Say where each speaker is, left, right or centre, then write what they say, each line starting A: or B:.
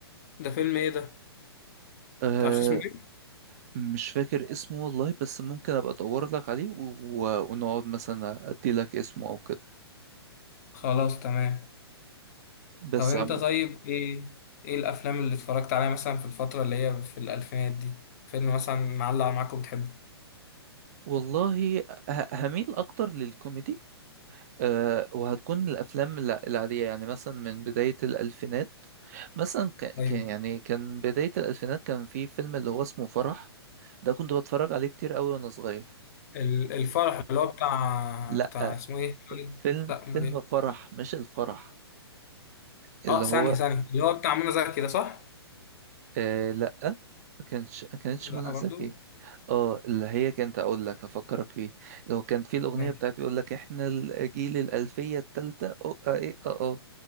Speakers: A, on the left; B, on the right.
A: ده فيلم ايه ده
B: أه
A: متعرفش اسمه ايه
B: مش فاكر اسمه والله بس ممكن أبقى أدور لك عليه و... و... ونقعد مثلا أدي لك اسمه أو كده
A: خلاص تمام
B: بس
A: طب انت
B: عم...
A: طيب ايه ايه الافلام اللي اتفرجت عليها مثلا في الفتره اللي هي في الالفينات دي فيلم مثلا معلق معاك وبتحبه
B: والله ه... هميل أكتر للكوميدي أه وهتكون الأفلام الع- العادية يعني مثلا من بداية الألفينات مثلا ك...
A: ايوه
B: كان يعني كان بداية الألفينات كان في فيلم اللي هو اسمه فرح ده كنت بتفرج عليه كتير أوي وأنا صغير
A: ال- الفرح اللي هو بتاع
B: لا
A: بتاع اسمه ايه خالد
B: فيلم
A: لا امال
B: فيلم
A: ايه
B: فرح مش الفرح اللي
A: اه ثانيه
B: هو
A: ثانيه اللي هو بتاع منى زكي ده صح
B: آه لا ما كانتش ما كانتش
A: لا
B: منى
A: برضو
B: زكي اه اللي هي كانت اقول لك هفكرك بيه لو كان في الاغنيه
A: ماشي
B: بتاعت يقول لك احنا الجيل الالفيه الثالثه اه اه ايه اه اه